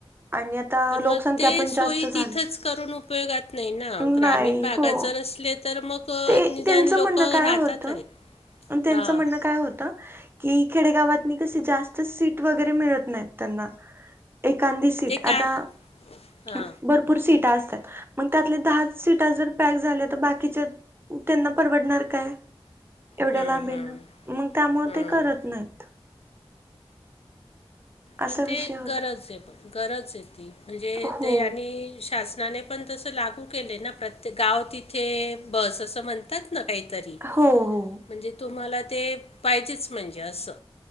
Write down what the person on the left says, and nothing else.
पण
मग ते
सोयी
तिथच करून उपयोगात नाही ना ग्रामीण
भागात
जर अस तर मग अ,
निदान
लोकं
राहतात
तरी.
हां,
ते
काय हा
हम्म
हम्म
हम्म
पण ते
गरज ये बघ पण गरज आहे ती म्हणजे
ते आणि शासनाने पण तसं लागू केलय ना प्रत्येक गाव तिथे बस असं म्हण तात ना काहीतरी
म्हणजे तुम्हाला ते पाहिजेच म्हणजे असं.